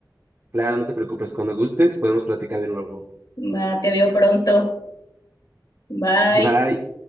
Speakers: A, on the right; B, on the left.
A: Claro, no te preocupes, cuando gustes podemos platicar de nuevo.
B: Va, te veo pronto. Bye.
A: Bye.